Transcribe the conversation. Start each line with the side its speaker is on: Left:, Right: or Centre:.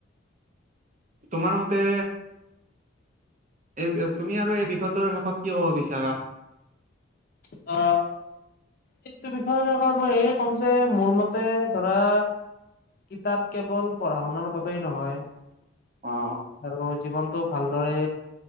Right: তোমাৰ মতে <unintelligible> তুমি আৰু এই বিষয়টোৰ শেষত কি ক'ব বিচাৰা।
Left: অ এইটো বিষয়ৰ শেষত মই এয়ে ক'ম যে মোৰ মতে ধৰা কিতাপ কেৱল পঢ়া-শুনাৰ বাবেই নহয়
Right: অ
Left: আৰু জীৱনটো ভালদৰে